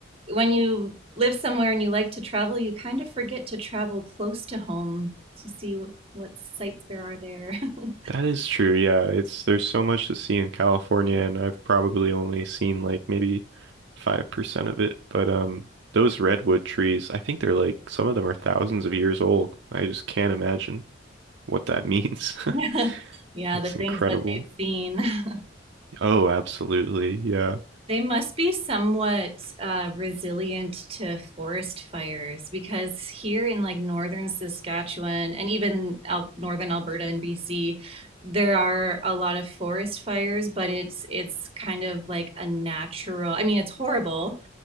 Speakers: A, on the right; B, on the right.
A: when you live somewhere and you like to travel, you kind of forget to travel close to home to see what, what sights there are there. <laughs>
B: that is true. Yeah, it's there's so much to see in California, and I've probably only seen like maybe 5% of it. But um, those redwood trees, I think they're like some of them are thousands of years old. I just can't imagine what that means.
A: <laughs>
B: <laughs>
A: Yeah,
B: That's
A: the things
B: incredible.
A: that they've seen. <laughs>
B: Oh, absolutely. Yeah.
A: They must be somewhat uh, resilient to forest fires because here in like northern Saskatchewan and even out northern Alberta and BC, there are a lot of forest fires, but it's it's kind of like a natural, I mean, it's horrible,